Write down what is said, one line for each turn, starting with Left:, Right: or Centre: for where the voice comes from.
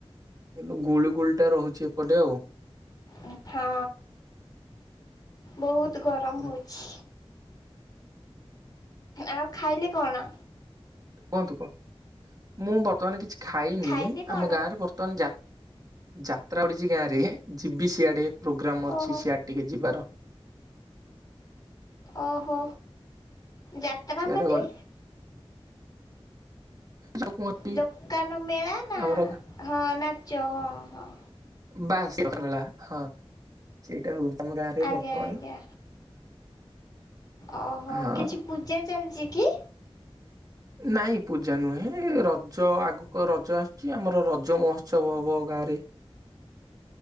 Right: କିନ୍ତୁ ଗୁଳ ଗୁଳି ଟା ରହୁଛି ଏପଟେ ଆଉ।
Left: ହଁ, ହଁ ବହୁତ ବହୁତ ଗରମ
Right: ହୁଁ,
Left: ହଉଛି। ଆଉ ଖାଇଲେ କଣ?
Right: କୁହନ୍ତୁ କୁହନ୍ତୁ, ମୁଁ ବର୍ତ୍ତମାନ କିଛି ଖାଇନି
Left: ଖାଇଲେ କଣ?
Right: ଆମ ଗାଁ ରେ ବର୍ତ୍ତମାନ ଯାତ୍ରା ପଡିଛି ଗାଁ ରେ ଯିବି ସିଆଡ଼େ। ପ୍ରୋଗ୍ରାମ୍ ଅଛି
Left: ଓହୋ
Right: ସିଆଡେ ଟିକେ ଯିବାର,
Left: ଓହୋ ଯାତ୍ରା
Right: ସିଆଡେ
Left: ମାନେ
Right: ଗଲେ ଯୋଉ କୁହନ୍ତି
Left: ଦୋକାନ ମେଳା ନା
Right: ଆମର
Left: ହଁ ନାଚ ହଁ। ହଁ
Right: ବାସ୍ ମେଳା ହଁ ସେଇଟା ହଉ ଆମ ଗାଁରେ
Left: ଆଜ୍ଞା
Right: ବର୍ତ୍ତମାନ
Left: ଆଜ୍ଞା ଓହୋ
Right: ହଁ
Left: କିଛି ପୂଜା ଚାଲିଛି କି
Right: ନାଇଁ ପୂଜା ନୁହେଁ ରଜ ଆଗକୁ ରଜ ଆସୁଛି ଆମର ରଜ ମହୋତ୍ସବ ହବ ଗାଁ ରେ